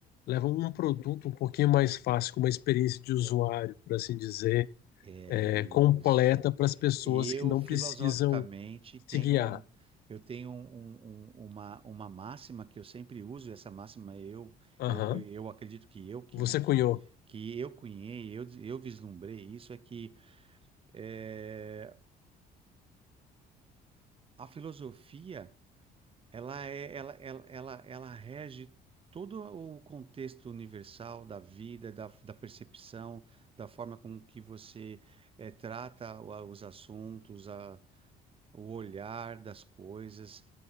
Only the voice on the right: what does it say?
É
isso.
Eu,
filosoficamente,
tenho
um, eu tenho um- um- um, uma, uma máxima que eu sempre uso, essa máxima eu,
eu, eu, eu acredito que eu que,
que,
que eu cunhei, eu, des- eu vislumbrei isso, é que eh, a filosofia, ela é, ela, ela, ela, ela rege todo o contexto universal da vida, da, da percepção, da forma com que você eh, trata o- os assuntos, a, o olhar das coisas,